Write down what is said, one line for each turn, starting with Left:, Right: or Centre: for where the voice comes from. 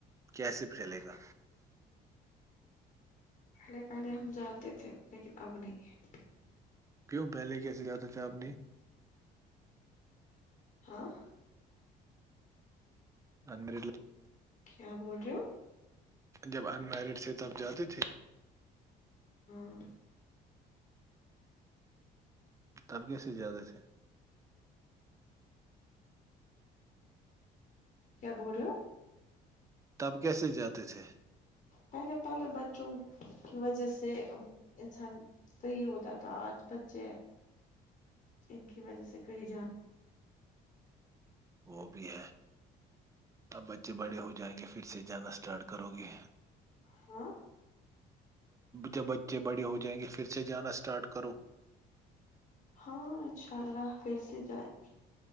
Right: کیسے چلے گا
Left: پہلے پہلے ہم جاتے تھے لیکن اب نہیں
Right: کیوں پہلے کیسے جاتا تھا آپ نے
Left: ہاں
Right: <unintelligible>
Left: کیا بول رہے ہو
Right: جب ان میرڈ تھے تب جاتے تھے
Left: ہاں
Right: تب کیسے زیادہ تھے
Left: کیا بول رہے ہو
Right: تب کیسے جاتے تھے
Left: پہلے پہلے بچوں کی وجہ سے انسان فحیح ہوتا تھا آج بچے ان کی وجہ سے کہیں جا
Right: وہ بھی ہے اب بچے بڑے ہو جائیں گے پھر سے جانا اسٹارٹ کرو گے-
Left: ہاں
Right: جب بچے بڑے ہو جائیں گے پھر سے جانا اسٹارٹ کرو
Left: ہاں انشاء اللہ پھر سے جائیں گے